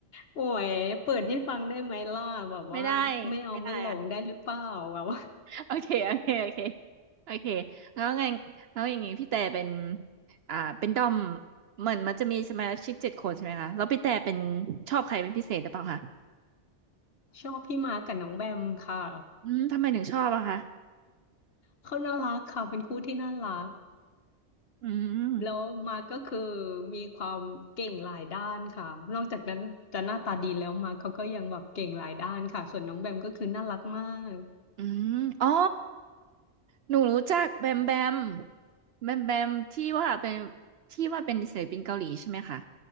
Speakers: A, on the left; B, on the right.
A: โอ้ยเปิดให้ฟังได้ไหมล่ะแบบว่าไม่เอาไม่หลงได้หรือเปล่าแบบว่า
B: ไม่ได้ไม่ได้อ่ะ โอเคโอเค โอเค โอเค แล้วไงแล้วอย่างงี้พี่แต่เป็น อ่าเป็นดอมเหมือนมันจะมีสมาชิกเจ็ดคนใช่ไหมคะแล้วพี่แต่เป็นชอบใครเป็นพิเศษหรือเปล่าคะ
A: ชอบพี่มาร์กกับน้องแบมค่ะ
B: อืมทำไมถึงชอบอะคะ
A: เขาน่ารักค่ะเป็นคู่ที่น่ารัก
B: อืม
A: แล้วมาร์กก็คือมีความเก่งหลายด้านค่ะนอกจากนั้นจะหน้าตาดีแล้วมาร์กเขาก็ยังแบบเก่งหลายด้านค่ะส่วนน้องแบมก็คือน่ารักมาก
B: อืมอ๋อหนูรู้จักแบมแบมแบมแบมที่ว่าเป็นที่ว่าเป็นศิลปินเกาหลีใช่ไหมคะ